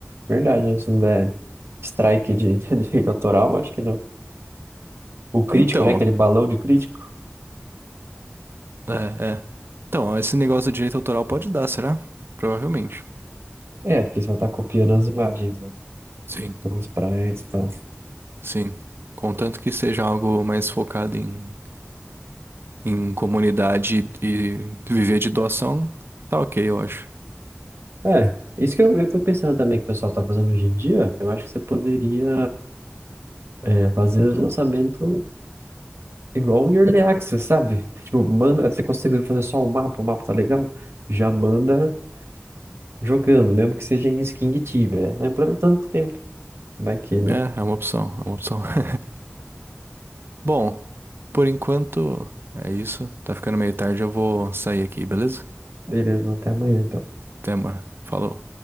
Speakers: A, on the right; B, on the right.
A: verdade, né? Se não der strike de <laughs> direito autoral, acho que não. O crítico,
B: Então,
A: né? Aquele balão de crítico.
B: é, é. Então, esse negócio de direito autoral pode dar, será? Provavelmente.
A: É, porque você vai estar copiando as imagens, né?
B: Sim,
A: Os sprites e tal.
B: sim. Contanto que seja algo mais focado em, em comunidade e viver de doação, tá ok, eu acho.
A: É, isso que eu, eu tô pensando também que o pessoal tá fazendo hoje em dia, eu acho que você poderia é, fazer os lançamentos igual em Early Access, sabe? Tipo, manda, você conseguiu fazer só o mapa, o mapa tá legal, já manda jogando, mesmo que seja em skin de Tibia, né? Vai implementando com o tempo. Vai que, né?
B: É, é uma opção, é uma opção. <laughs> Bom, por enquanto é isso. Tá ficando meio tarde, eu vou sair aqui, beleza?
A: Beleza, mano, até amanhã, então.
B: Até, mano. Falou.